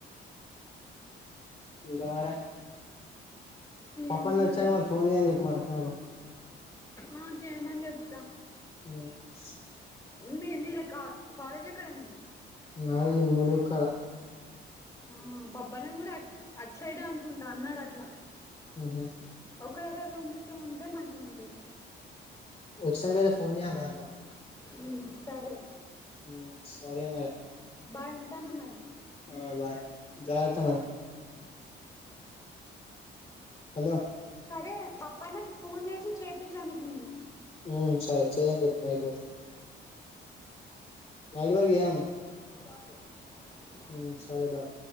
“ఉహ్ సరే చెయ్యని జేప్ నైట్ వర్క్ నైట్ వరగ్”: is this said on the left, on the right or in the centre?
Left